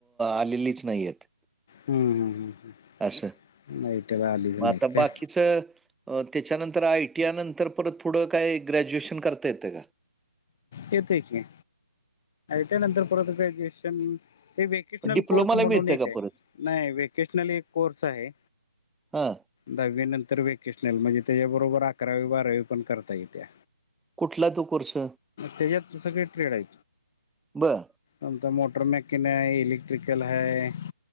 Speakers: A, in the centre; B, on the left.
A: आलेलीच नाहीयेत.
B: हम्म हम्म हम्
A: असं.
B: हम् नाहीईटेला आलज
A: मग
B: नाहीयक
A: आता बाकीचं त्याच्यानंतर आयटीआ नंतर परत थोडं काय ग्रॅज्युएशन करता येतं का?
B: येत क त्यानंतर परत ग्रजुएशन ते व वकेशनल
A: डिप्लोमाला
B: कोर्स म्हणून
A: मिळतं
B: एक
A: का
B: आहे
A: परत?
B: नाही वकेशनल एक कोर्स आहे.
A: हां,
B: दहावी नंतर वेकेशनल म्हणजे त्याच्याबरोबर अकरावी बारावी पण करता येत्या.
A: कुठला तो कोर्स
B: त्याच्यात सगळं काही ट्रेड आहे.
A: बरं,
B: आता मोटर मॅकन है इलेक्ट्रिकल आहे